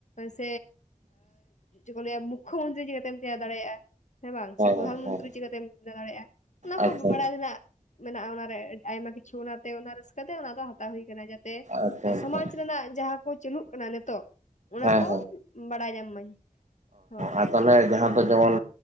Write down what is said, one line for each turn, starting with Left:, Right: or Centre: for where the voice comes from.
Left: ᱥᱮ ᱪᱮᱫ ᱠᱚ ᱞᱟᱹᱭᱟ ᱢᱩᱠᱷᱚ ᱢᱚᱱᱛᱨᱤ ᱪᱤᱠᱟᱹᱛᱮᱢ ᱛᱮᱭᱟᱨ ᱫᱟᱲᱮᱭᱟᱜ-ᱟ? ᱦᱮᱸ ᱵᱟᱝ ᱥᱮ ᱯᱨᱚᱫᱷᱟᱱ
Right: ᱦᱮᱸ
Left: ᱢᱚᱱᱛᱨᱤ
Right: ᱦᱮᱸ
Left: ᱪᱤᱠᱟᱹᱛᱮᱢ ᱵᱮᱱᱟ ᱫᱟᱲᱮᱜ-ᱟ, ᱚᱱᱟ ᱠᱚ
Right: ᱟᱪᱪᱷᱟ ᱟᱪᱪᱷᱟ
Left: ᱵᱟᱲᱟᱭ ᱨᱮᱱᱟᱜ ᱢᱮᱱᱟᱜ-ᱟ ᱚᱱᱟᱨᱮ ᱟᱭᱢᱟ ᱠᱤᱪᱷᱩ ᱚᱱᱟᱛᱮ ᱚᱱᱟ ᱨᱟᱹᱥᱠᱟᱹ ᱛᱮ ᱚᱱᱟ ᱫᱚ ᱦᱟᱛᱟᱣ ᱦᱩᱭ ᱠᱟᱱᱟ, ᱡᱟ ᱛᱮ
Right: ᱟᱪᱪᱷᱟ
Left: ᱚᱱᱟ
Right: ᱟᱪᱪᱷᱟ
Left: ᱥᱚᱢᱟᱡᱽ ᱨᱮᱱᱟᱜ ᱡᱟᱦᱟᱸ ᱠᱚ ᱪᱟᱹᱞᱩᱜ ᱠᱟᱱᱟ ᱱᱤᱛᱳᱜ ᱚᱱᱟ ᱠᱚ
Right: ᱦᱮᱸ
Left: ᱵᱟᱲᱟᱭ ᱧᱟᱢ ᱢᱟᱹᱧ ᱦᱚᱸ
Right: ᱚ ᱛᱟᱞᱦᱮ ᱡᱟᱦᱟᱸ ᱫᱚ ᱡᱚᱢᱚᱱ